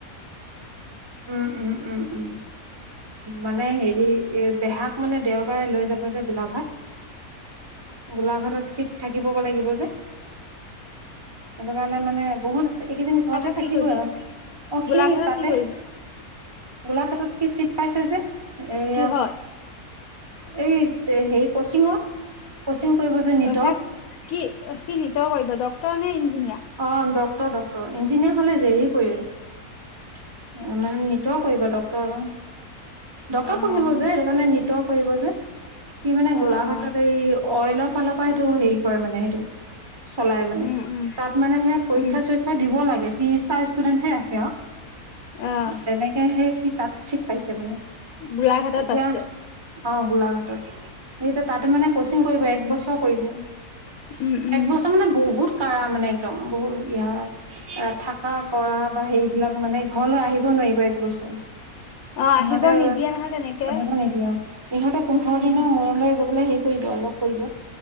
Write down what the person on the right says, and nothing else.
উম উম উম উম। মানে হেৰি দেহাক মানে দেওবাৰে লৈ যাব যে গোলাঘাট। গোলাঘাটত শীত থাকিব লাগিব যে। সেইটো কাৰণে মানে বহুত এইকেইদিন ঘৰতে
থাকিবই
আৰু অ
সি তাতে।
গোলাঘাটত সি চিট পাইছে যে এয়া।
এই হে কচিঙৰ। কচিং কৰিব যে। নিটৰ
অ ডক্টৰ ডক্টৰ। ইঞ্জিনিয়াৰ হ'লে জে ই কৰে মানে নিটৰ কৰিব ডক্টৰ। ডক্টৰ
পঢ়িব যে সেইটো কাৰণে নিটৰ কৰিব যে। সি মানে গোলাঘাটত
এই অইলৰ ফালৰ পৰা সেইটো হেৰি কৰে মানে সেইটো। চলাই মানে।
তাত মানে সেয়া পৰীক্ষা
চৰীক্ষা দিব লাগে ত্ৰিশটা ষ্টুডেন্টহে ৰাখে আৰু।
তেনেকেহে সি তাঁত চিট পাইছে মানে।
এতিয়া
অ গোলাঘাটত, এতিয়া তাতে মানে কচিং কৰিব এক বছৰ কৰিব।
একবছৰ মানে বহুত কাঢ়া মানে একদম বহুত ই হয় থাক। ককা কৰা বা সেইবিলাক মানে ঘৰলৈ আহিব নোৱাৰিব এক বছৰ।
ইহঁতে।
আহিব নিদিয়ে অ, ইহঁতে পোন্ধৰ
দিনৰ মূৰে মূৰে গৈ পেলে হেৰি কৰিব লগ কৰিব।